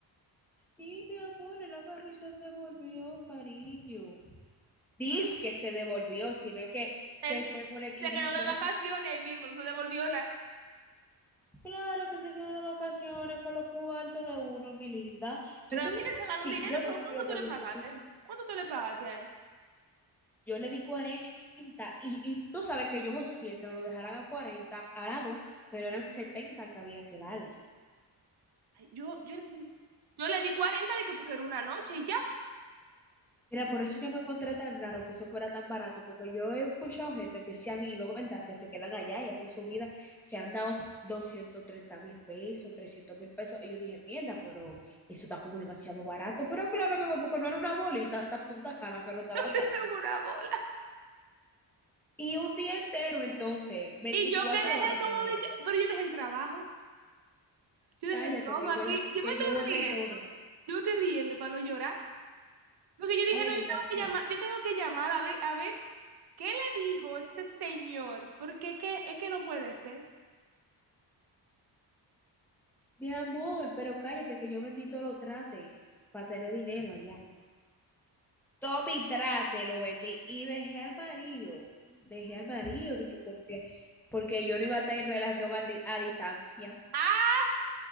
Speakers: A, in the centre; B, on the right (about 65°).
A: Sí, mi amor, él agarró y se devolvió, cariño. Dice que se devolvió, sino es que se
B: Él
A: fue por una esquinita.
B: se quedó de vacaciones ahí mismo, no se devolvió nada.
A: Claro que se quedó de vacaciones con los cuartos de uno, mi linda. Yo
B: Pero
A: tenía
B: miren, se
A: un
B: ganó
A: pique,
B: un dinero,
A: yo
B: pero
A: todavía
B: ¿cuánto tú
A: tengo
B: le pagaste?
A: ese pique.
B: ¿Cuánto tú le pagaste a él?
A: Yo le di cuarenta y, y tú sabes que yo sí que no lo dejaran a 40 a la 2, pero eran 70 que había que darle.
B: Ay, yo, yo le di, yo le di 40 de que porque era una noche y ya.
A: Mira, por eso yo me encontré tan raro que eso fuera tan barato, porque yo he escuchado gente que se han ido, ¿verdad? Que se quedan allá y hacen su vida, que han dado doscientos treinta mil pesos, trescientos mil pesos. Y yo dije, mierda, pero eso está como demasiado barato. Pero claro, mi amor, porque no era una bolita tan punta cana que lo estaban
B: <laughs>
A: dando.
B: Segura bola.
A: Y un día entero, entonces, 24
B: Y yo que dejé
A: horas
B: todo,
A: para llegar.
B: de que- pero yo dejé el trabajo, yo
A: Cállate,
B: dejé todo
A: que
B: aquí.
A: yo lo,
B: Yo
A: que
B: me estoy
A: yo boté
B: riendo,
A: todo.
B: yo me estoy riendo para no llorar. Porque yo
A: Cállate,
B: dije, no, yo
A: mi
B: tengo
A: amor.
B: que llamar, yo tengo que llamar a ver, a ver, ¿qué le dijo ese señor? Porque qué es que no puede ser.
A: Mi amor, pero cállate, que yo vendí todo lo trate para tener dinero allá. todo mi trate lo vendí y dejé al marido, dejé al marido, dije, porque, porque yo no iba a estar en relación al di- a, distancia.
B: Ah,